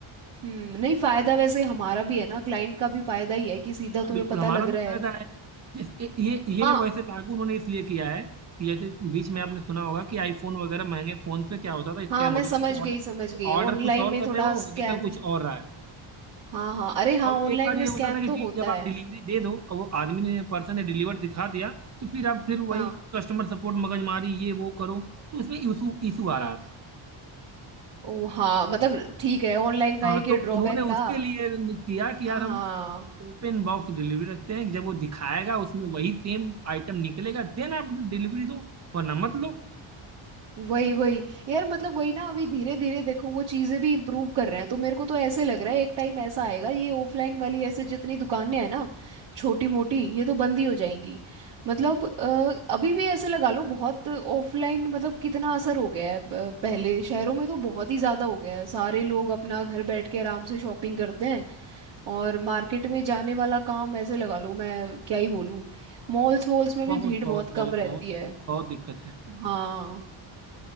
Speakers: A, on the right (about 60°); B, on the right (about 35°).
A: हम्म नहीं फायदा वैसे हमारा भी है ना क्लाइंट का भी फायदा ही है कि सीधा
B: हाँ बिल्कुल
A: तुम्हें पता
B: हमारा
A: लग
B: भी
A: रहा
B: फायदा
A: है
B: है जिस ये ये ये
A: हाँ
B: वैसे लागू उन्होंने इसलिए किया है कि जैसे बीच में आपने सुना होगा कि आईफोन वगैरह महंगे फोन पे क्या होता था स्कैम
A: हाँ मैं
B: होता था
A: समझ
B: कि ऑर्डर
A: गई समझ गई
B: ऑर्डर
A: ऑनलाइन
B: कुछ और
A: में
B: कर
A: थोड़ा
B: रहे हो
A: स्कैम
B: निकल कुछ और रहा है
A: हाँ हाँ अरे हाँ
B: और
A: ऑनलाइन
B: एक बार
A: में
B: ये
A: स्कैम
B: होता था कि
A: तो
B: डि-
A: होता
B: जब आप
A: है
B: डिलीवरी दे दो और वो आदमी ने पर्सन ने डिलीवर दिखा दिया तो फिर आप फिर
A: हाँ
B: वही कस्टमर सपोर्ट मगजमारी ये वो करो तो इसमें इशू इशू आ रहा था
A: ओ हाँ मतलब ठीक है ऑनलाइन का
B: हाँ
A: एक
B: तो
A: ये ड्रॉबैक
B: उन्होंने
A: था
B: उसके लिए किया कि यार
A: हाँ
B: हम ओपन बॉक्स डिलीवरी रखते हैं जब वो दिखाएगा उसमें वही सेम आइटम निकलेगा देन आप डिलीवरी दो वरना मत लो
A: वही वही यार मतलब वही ना अभी धीरे धीरे देखो वो चीजें भी इम्प्रूव कर रहे हैं तो मेरे को तो ऐसे लग रहा है एक टाइम ऐसा आएगा ये ऑफलाइन वाली ऐसे जितनी दुकानें हैं ना छोटी मोटी ये तो बंद ही हो जाएंगी मतलब अ, अभी भी ऐसे लगा लो बहुत ऑफलाइन मतलब कितना असर हो गया है ब- पहले शहरों में तो बहुत ही ज्यादा हो गया है सारे लोग अपना घर बैठ के आराम से शॉपिंग करते हैं और मार्केट में जाने वाला काम ऐसे लगा लो मैं क्या ही बोलूँ मॉल्स वॉल्स में भी
B: बहुत
A: भीड़
B: बहुत
A: बहुत
B: बहुत
A: कम
B: बहुत
A: रहती है
B: बहुत दिक्कत है
A: हाँ